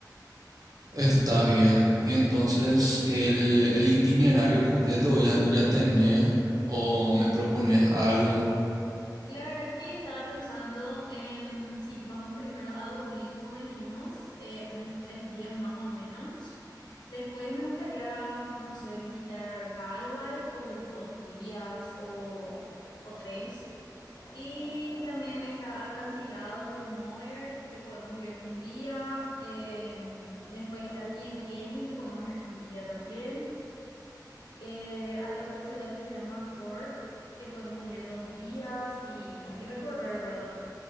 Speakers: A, on the right; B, on the left.
A: Está bien. Y entonces el, el itinerario completo ya, ya tenés o me propones algo.
B: Y la verdad que estaba pensando en si vamos primero a Dublín, como dijimos, eh, unos tres días más o menos. Después me gustaría, no sé, visitar Galway por dos días o, o tres. Y también está Acantilados de Moher, que podemos ir un día. Eh, después está Kilkenny, que podemos ir un día también. Eh, hay otra ciudad que se llama Cork, que podemos ir dos días y, y recorrer, ¿verdad?